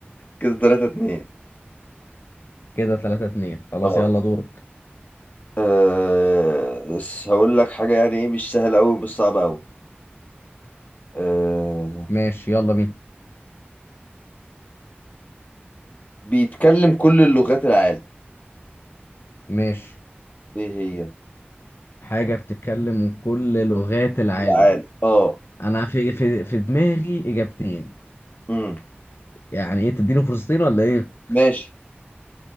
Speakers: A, on the left (about 45°); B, on the left (about 75°).
A: كده تلاتة اتنين
B: كده ثلاثة اتنين خلاص
A: طب
B: يلا دورك
A: آه... بس هقول لك حاجة يعني ايه مش سهلة أوي مش صعبة أوي آه
B: ماشي يلا بينا
A: بيتكلم كل اللغات العالم
B: ماشي
A: ايه هي
B: حاجة بتتكلم كل لغات العالم
A: العالم اه
B: أنا في في في دماغي إجابتين
A: امم
B: يعني إيه تديني فرصتين ولا إيه؟
A: ماشي